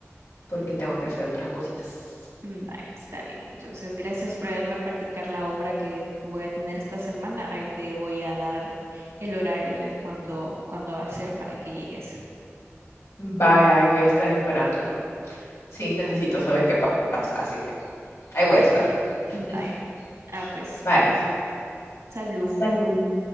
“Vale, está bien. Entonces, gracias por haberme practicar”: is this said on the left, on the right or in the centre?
Right